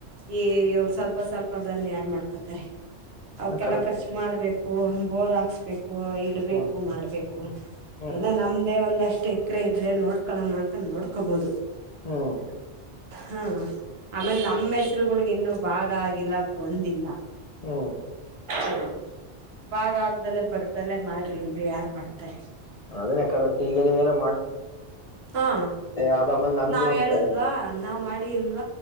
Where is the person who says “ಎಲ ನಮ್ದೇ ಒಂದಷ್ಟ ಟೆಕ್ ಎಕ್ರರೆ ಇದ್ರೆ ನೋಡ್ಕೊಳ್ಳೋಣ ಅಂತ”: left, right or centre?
Right